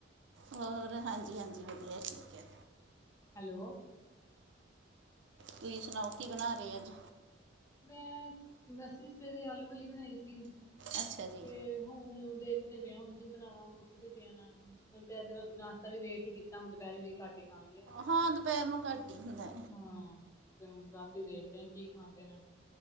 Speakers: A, on the right; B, on the left.
A: ਹੋਰ ਹਾਂਜੀ ਹਾਂਜੀ ਵਧੀਆ ਠੀਕ ਹੈ
B: ਹੈਲੋ
A: ਤੁਸੀਂ ਸੁਣਾਓ ਕੀ ਬਣਾ ਰਹੇ ਅੱਜ
B: ਮੈਂ ਦਸ ਵੀ ਸਵੇਰੇ ਆਲੂਵਲੀ ਬਣਾਈ ਸੀ
A: ਅੱਛਾ ਜੀ
B: ਤੇ ਹੁਣ ਦੇਖਦੇ ਪਏ ਹੁਣ ਕੀ ਬਣਾਵਾਂ ਪੁੱਛਦੇ ਪਏ ਇਹਨਾਂ ਨੂੰ ਹੁਣ ਤੇ ਨਾਸ਼ਤਾ ਵੀ ਲੇਟ ਹੀ ਕੀਤਾ ਹੁਣ ਦੁਪਹਿਰੇ ਵੀ ਘੱਟ ਹੀ ਖਾਣਗੇ
A: ਹਾਂ ਦੁਪਹਿਰ ਨੂੰ ਘੱਟ ਹੀ ਹੁੰਦਾ
B: ਹਾਂ ਤੇ ਹੁਣ ਰਾਤੀ ਦੇਖਦੇ ਆਾਂ ਕੀ ਖਾਂਦੇ ਨੇ